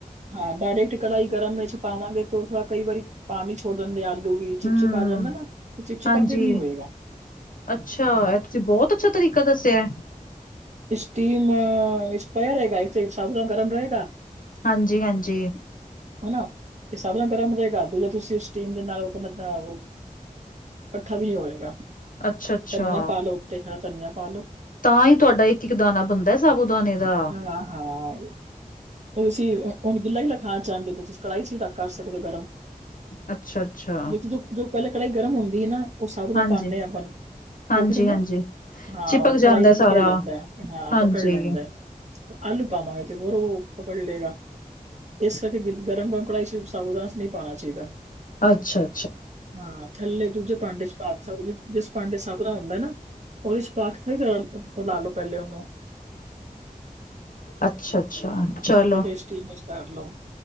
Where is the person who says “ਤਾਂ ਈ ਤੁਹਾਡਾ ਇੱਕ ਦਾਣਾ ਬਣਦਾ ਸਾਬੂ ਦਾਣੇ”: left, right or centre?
Left